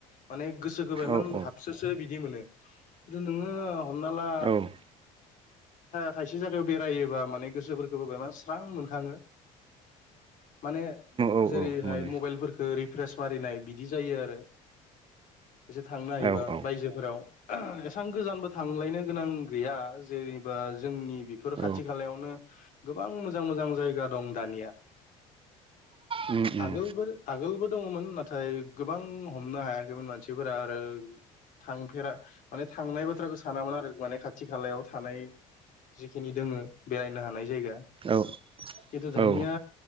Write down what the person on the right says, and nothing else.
औ औ
औ उम
औ
औ मोनो
औ औ
औ
उम उम
औ
औ